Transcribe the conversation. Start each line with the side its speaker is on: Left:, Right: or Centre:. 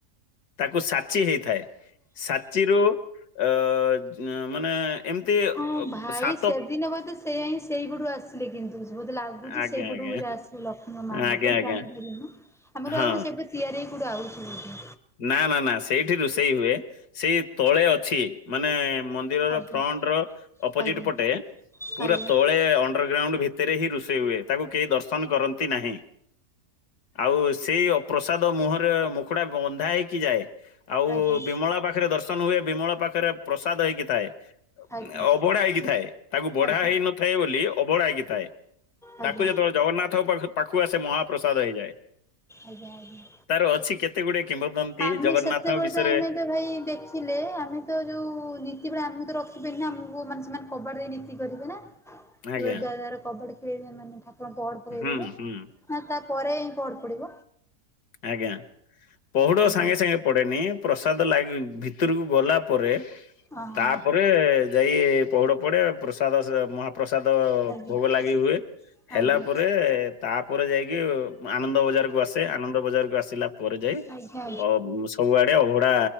Left: ତାକୁ ସାଚି ହେଇଥାଏ ସାଚିରୁ ଅ ମାନେ ଏମିତି
Centre: ହଁ ଭାଇ
Left: ସାତ
Centre: ସେଦିନ ବୋଧେ ସେଇ ହିଁ ସେଇ ପଟୁ ଆସ କିନ୍ତୁ ବୋଧେ ଲାଗୁଛି
Left: ଆଜ୍ଞା
Centre: ସେଇପଟୁ
Left: ଆଜ୍ଞା
Centre: ବୋଧେ ଆସୁ ଲକ୍ଷ୍ମୀଙ୍କ ମାଙ୍କ
Left: ଆଜ୍ଞା
Centre: ପାଖୁ
Left: ଆଜ୍ଞା
Centre: ଜାଣିପାରୁନୁ। ଆମେ
Left: ହଁ
Centre: ଭାବିଲୁ ସେପେ ତିଆରି ହେଇ କଉଠୁ ଆଉଛି ବୋଧେ।
Left: ନା ନା ନା ସେଇଠି ରୋଷେଇ ହୁଏ ସେଇ ତଳେ ଅଛି। ମାନେ ମନ୍ଦିରର
Centre: ଆଜ୍ଞା
Left: ଫ୍ରଣ୍ଟ ର ଅପୋଜିଟ୍
Centre: ଆଜ୍ଞା
Left: ପଟେ ପୁରା
Centre: ଆଜ୍ଞା।
Left: ତଳେ ଅ ଅଣ୍ଡରଗ୍ରାଉଣ୍ଡ ଭିତରେ ହିଁ ରୋଷେଇ ହୁଏ। ତାକୁ କେହି ଦର୍ଶନ କରନ୍ତି ନାହିଁ। ଆଉ ସେଇ ପ୍ରସାଦ ମୁହଁରେ ମୁଖୁଡ଼ା ବନ୍ଧା ହେଇକି ଯାଏ। ଆଉ
Centre: ଆଜ୍ଞା ଆଜ୍ଞା
Left: ବିମଳା ପାଖରେ ଦର୍ଶନ ହୁଏ ବିମଳା ପାଖରେ ପ୍ରସାଦ ହେଇକି ଥାଏ।
Centre: ଆଜ୍ଞା
Left: ଅବଢ଼ା ହେଇକି ଥାଏ। ତାକୁ ବଢ଼ା
Centre: ଆଜ୍ଞା
Left: ହେଇ ନଥାଏ ବୋଲି ଅଭଢ଼ା କିଥାଏ। ତାକୁ
Centre: ଆଜ୍ଞା ଆଜ୍ଞା
Left: ଯେତେବେଳେ ଜଗନ୍ନାଥଙ୍କ ପାଖ ପାଖକୁ ଆସେ ମହାପ୍ରସାଦ ହେଇଯାଏ।
Centre: ଆଜ୍ଞା ଆଜ୍ଞା।
Left: ତାର ଅଛି କେତେ ଗୁଡ଼େ କିମ୍ବଦନ୍ତି
Centre: ଆମେ
Left: ଜଗନ୍ନାଥଙ୍କ
Centre: ସେତେବେଳେ
Left: ବିଷୟରେ।
Centre: ତ ଆମେ ତ ଦେଖିଲେ ଆମେ ତ ଯଉ ନୀତି ଆମକୁ ତ ରଖବେନି ନା ଆମକୁ ମାନେ ସେମାନେ କବାଟ ଦେଇ ନୀତି କରିବେ ନା। ପୁରା
Left: ଆଜ୍ଞା
Centre: ଦରେ କବାଡ଼ି ଖେଳି ମାନେ ଠାକୁରଙ୍କୁ ପହଡ଼ ପକେଇଦେବେ।
Left: ହୁଁ ହୁଁ
Centre: ହଁ ତାପରେ ହିଁ କବାଟ ପଡ଼ିବ।
Left: ଆଜ୍ଞା ପହଡ଼
Centre: ଆଜ୍ଞା
Left: ସାଙ୍ଗେ ସାଙ୍ଗେ ପଡ଼େନି ପ୍ରସାଦ ଲାଗି ଭିତରକୁ ଗଲା ପରେ
Centre: ହଁ ହଁ
Left: ତାପ ରେ ଯାଇ ପହୁଡ଼ ପଡ଼େ ପ୍ରସାଦ ମହାପ୍ରସାଦ
Centre: ଆଜ୍ଞା
Left: ଭୋଗ ଲାଗି ହୁଏ ହେଲା
Centre: ଆଜ୍ଞା
Left: ପରେ ତାପରେ ଯାଇକି ଆନନ୍ଦ ବଜାରକୁ ଆସେ। ଆନନ୍ଦ ବଜାରକୁ ଆସିଲା ପରେ ଯାଇ
Centre: ଆଜ୍ଞା ଆଜ୍ଞା
Left: ଅ ସବୁଆଡ଼େ ଅଭଡ଼ା